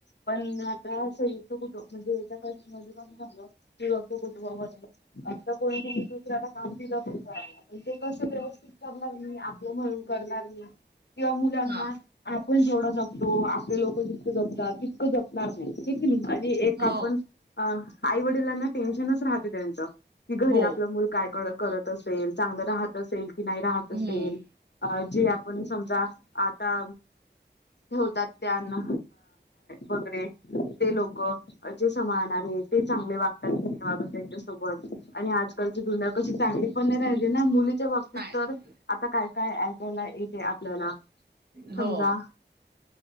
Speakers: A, on the left (about 65°); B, on the right (about 60°).
A: पण आता असं येतो कुठं म्हणजे याच्या कस झालं. कुटुंब आता को तुम्ही दुसऱ्याला काम दिलं पण करा ते कसं व्यवस्थित, करणार मी आपलं म्हणून करणार मी, किंवा मुलांना
B: हा
A: आपण जेवढं जपतो आपले लोक जितकं जपतात तितक जपणार नाही की आणि एक
B: हो
A: आपण आई वडिलांना टेन्शनच राहते त्यांच की घरी
B: हो
A: आपलं मुल काय करत असेल चांगल राहत असेल. की नाही राहत असेल
B: हम्म
A: अ जे आपण समजा आता ठेवतात त्यांना वगैरे ते लोक, जे सांभाळणारे ते चांगले वागतात, की वागत त्यांच्या सोबत आणि आजकालची दुनिया कशी चांगली पण नाही राहिली ना मुली च्या बाबतीत
B: नाही
A: तर आता काय काय ऐकायला येते आपल्याला,
B: हो
A: समजा